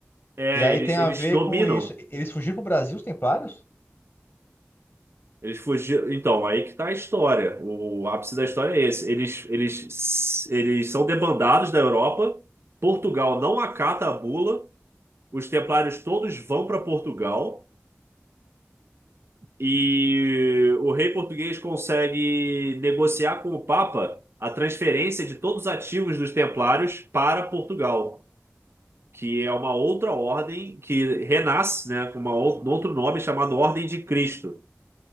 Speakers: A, on the right; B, on the left.
A: É,
B: E aí
A: eles,
B: tem a
A: eles
B: ver
A: dominam.
B: com isso. Eles fugiram pro Brasil, os templários?
A: Eles fugiram. Então, aí que tá a história. O, o ápice da história é esse. Eles, eles, eles são debandados da Europa. Portugal não acata a bula. Os templários todos vão para Portugal. E o rei português consegue negociar com o Papa a transferência de todos os ativos dos Templários para Portugal, que é uma outra ordem que renasce, né, com uma ou- um outro nome chamado Ordem de Cristo,